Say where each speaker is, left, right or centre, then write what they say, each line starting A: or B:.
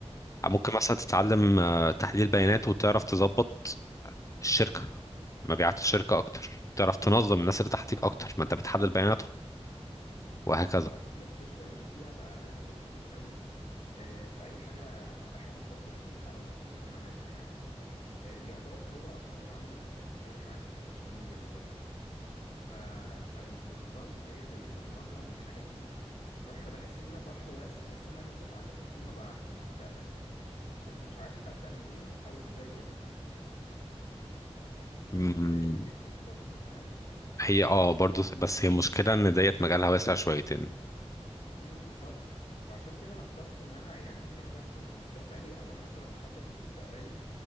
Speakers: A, on the left (about 85°); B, on the left (about 30°).
A: امم
B: ممكن مثلا تتعلم آه، تحليل بيانات وتعرف تظبط الشركة مبيعات الشركة أكتر تعرف تنظم الناس اللي تحتيك أكتر ما أنت بتحدد بياناتهم وهكذا
A: هو اصلا السوشيال ميديا بقى لها دور كبير قوي آه، في اي حاجه احنا بنفكر فيها او بنفكر نعملها يعني آه، يعتبر هو اصلا العامل الاساسي في اي حاجه السوشيال ميديا دلوقتي ف... فالكورسات اللي هي زي البرمجه والحاجات دي بصراحه انا بحس ان هي بحر واسع بس انا نفسي اتعلمها فيما بعد في المستقبل بس مش عارف ابدا منين او ازاي برضو
B: مم،
A: ال- اللي هي الكورسات دي فاهم
B: هي اه برضو بس هي المشكلة إن ديت مجالها واسع شويتين
A: امم بالظبط فعشان كده انا اخترت ان انا يعني وانا برسم مستقبلي او انا مثلا بخطط لمستقبلي